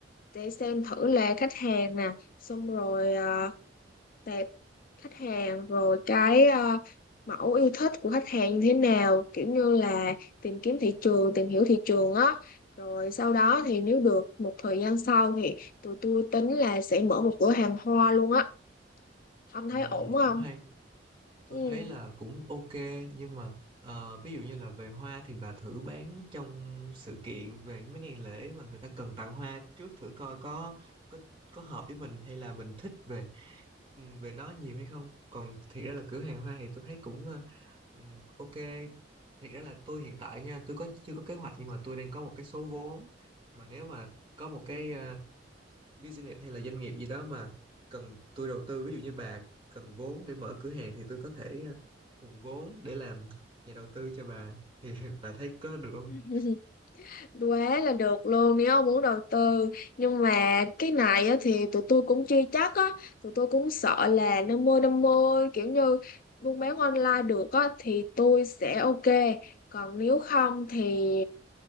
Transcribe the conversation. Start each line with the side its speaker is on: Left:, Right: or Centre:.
Left: để xem thử là khách hàng nè xong rồi ờ, tệp khách hàng rồi cái ờ, mẫu yêu thích của khách hàng như thế nào kiểu như là tìm kiếm thị trường tìm hiểu thị trường á rồi sau đó thì nếu được một thời gian sau thì tụi tôi tính là sẽ mở một cửa hàng hoa luôn á ông thấy
Right: Ừ,
Left: ổn không
Right: cũng hay. tôi
Left: Ừ.
Right: thấy là cũng ok nhưng mà ờ, ví dụ như là về hoa thì bà thử bán trong sự kiện về mấy ngày lễ mà người ta cần tặng hoa trước thử coi có có có hợp với mình hay là mình thích về ừ, về nó nhiều hay không còn thiệt ra là cửa hàng hoa thì tôi thấy cũng ờ, ừ, ok thiệt ra là tôi hiện tại nha tôi có chưa có kế hoạch nhưng mà tôi đang có một cái số vốn mà nếu mà có một cái ờ, business hay là doanh nghiệp gì đó mà cần tôi đầu tư ví dụ như bà cần vốn để mở cửa hàng thì tôi có thể ờ, hùn vốn để làm nhà đầu tư cho bà thì <laughs> bà thấy có được không?
Left: <laughs> Quá là được luôn nếu ông muốn đầu tư nhưng mà cái này á, thì tụi tôi cũng chưa chắc á tụi tôi cũng sợ là năm mươi năm mươi kiểu như buôn bán online được á thì tôi sẽ ok còn nếu không thì